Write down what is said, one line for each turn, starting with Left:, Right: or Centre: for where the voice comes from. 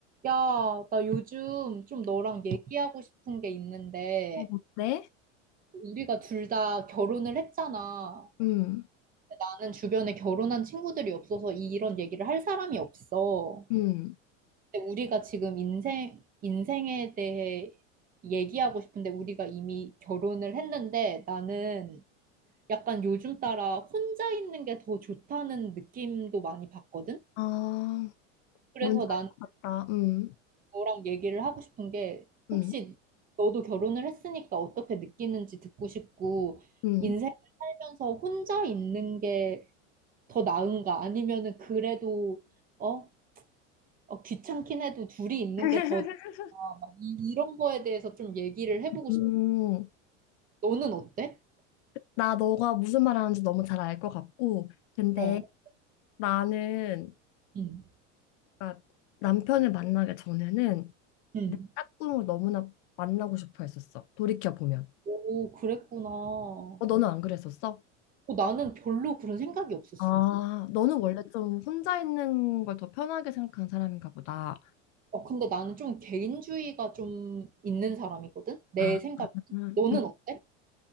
Right: 야, 나 요즘 좀 너랑 얘기하고 싶은 게 있는데,
Left: 어, 네?
Right: 우리가 둘 다 결혼을 했잖아.
Left: 음,
Right: 나는 주변에 결혼한 친구들이 없어서 이- 이런 얘기를 할 사람이 없어.
Left: 음.
Right: 근데 우리가 지금 인생, 인생에 대해 얘기하고 싶은데, 우리가 이미 결혼을 했는데, 나는 약간 요즘 따라 혼자 있는 게 더 좋다는 느낌도 많이 받거든?
Left: 아,
Right: 그래서
Left: 뭔지
Right: 난
Left: 알 것 같다. 음,
Right: 너랑 얘기를 하고 싶은 게 혹시
Left: 음,
Right: 너도 결혼을 했으니까 어떻게 느끼는지 듣고 싶고
Left: 음.
Right: 인생을 살면서 혼자 있는 게 더 나은가 아니면은 그래도 어? 어, 귀찮긴 해도 둘이 있는
Left: <laughs>
Right: 게 더 나은가 막 이, 이런 거에 대해서 좀 얘기를 해보고
Left: 음,
Right: 싶어. 너는 어때?
Left: 나 너가 무슨 말 하는지 너무 잘 알 것 같고, 근데
Right: 어.
Left: 나는,
Right: 응.
Left: 그러니까 남편을 만나기 전에는
Right: 응.
Left: 내 짝꿍을 너무나 만나고 싶어 했었어. 돌이켜보면.
Right: 오, 그랬구나. 어,
Left: 어, 너는 안 그랬었어?
Right: 나는 별로 그런 생각이 없었어.
Left: 아, 너는 원래 좀 혼자 있는 걸 더 편하게 생각하는 사람인가 보다.
Right: 어, 근데 나는 좀 개인주의가 좀 있는 사람이거든? 내
Left: 아,
Right: 생각.
Left: 음.
Right: 너는 어때?